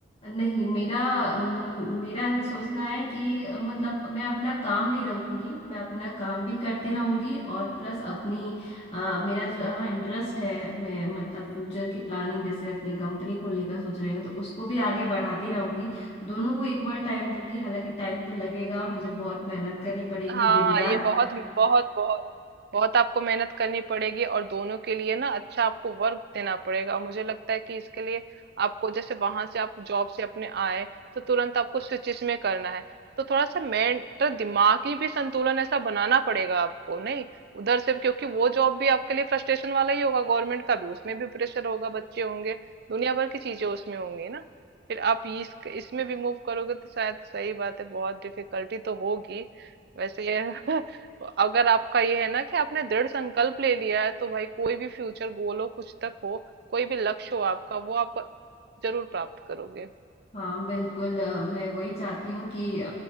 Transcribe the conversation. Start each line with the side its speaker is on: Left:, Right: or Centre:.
Left: नहीं मेरा अम, मेरा ऐसा सोचना है कि अ, मतलब मैं अपना काम नहीं रोकूंगी मैं अपना काम भी करती रहूंगी और प्लस अपनी अ, मेरा जो हाँ इंटरेस्ट है मैं मतलब फ्यूचर की प्लानिंग जैसे अपनी कंपनी खोलने का सोच रही हूँ तो उसको भी आगे बढ़ाती रहूंगी दोनों को इक्वल टाइम दूंगी हालांकि टाइम तो लगेगा मुझे बहुत मेहनत करनी पड़ेगी
Right: हाँ
Left: दिन रात
Right: ये बहुत बहुत बहुत बहुत आपको मेहनत करनी पड़ेगी और दोनों के लिए ना अच्छा आपको वर्क देना पड़ेगा और मुझे लगता है कि इसके लिए आपको जैसे वहां से आप जॉब से अपने आए तो तुरंत आपको स्विचिस में करना है तो थोड़ा सा मेंटल दिमागी भी संतुलन ऐसा बनाना पड़ेगा आपको नहीं उधर से क्योंकि वो जॉब भी आपके लिए फ्रस्ट्रेशन वाला ही होगा गवर्नमेंट का भी उसमें भी प्रेशर होगा बच्चे होंगे दुनिया भर की चीजें उसमें होंगी ना फिर आप इस इसमें भी मूव करोगे तो शायद सही बात है बहुत डिफिकल्टी तो होगी वैसे <laughs> अगर आपका ये है ना कि आपने दृढ़ संकल्प ले लिया है तो भाई कोई भी फ्यूचर गोल हो कुछ तक हो कोई भी लक्ष्य हो आपका वो आप जरूर प्राप्त करोगे
Left: हाँ बिल्कुल अ, मैं वही चाहती हूँ कि अ,